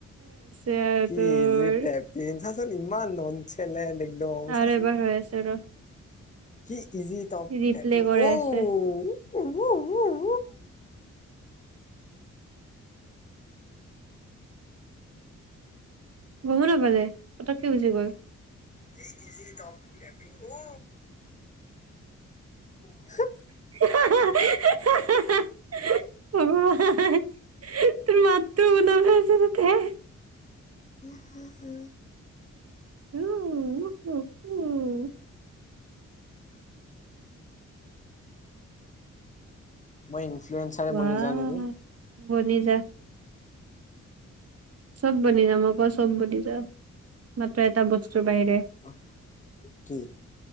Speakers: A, on the right; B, on the left.
A: হৈছে আৰু
B: কি
A: তোৰ
B: ইজি টেপ ইন চাচোন, ইমান নন <unintelligible> একদম। চাচোন
A: আৰু এবাৰ হৈ আছে ৰ!
B: কি ইজি টপ
A: ৰিপ্লে
B: টেপিন
A: কৰাই
B: ও
A: আছে
B: <unintelligible>
A: গমো নাপালে পতককে গুচি গ'ল।
B: কি ইজি টপ টেপিন ও <unintelligible>
A: <unintelligible> তোৰ মাতটো শুনা পাইছে তাতে।
B: উম উম উম।
A: উ উ উ উ।
B: মই ইনফ্লুৱেঞ্চাৰে
A: ৱাহ
B: বনি যাওঁ নেকি?
A: বনি যা। চব বনি যাম আকৌ চব বনি যা, মাত্ৰ এটা বস্তুৰ বাহিৰে।
B: অহ কি?